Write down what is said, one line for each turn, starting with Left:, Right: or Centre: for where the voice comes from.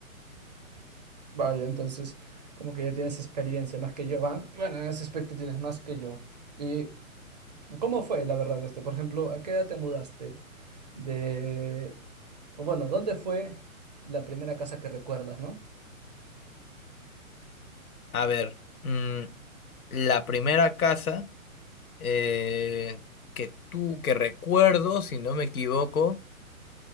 Right: Vaya, entonces como que ya tienes experiencia más que yo, ¿va? Bueno, en ese aspecto tienes más que yo. Y ¿Cómo fue, la verdad, este? Por ejemplo, ¿a qué edad te mudaste de, o bueno, dónde fue la primera casa que recuerdas, ¿no?
Left: A ver, mm, la primera casa eh, que tú, que recuerdo, si no me equivoco,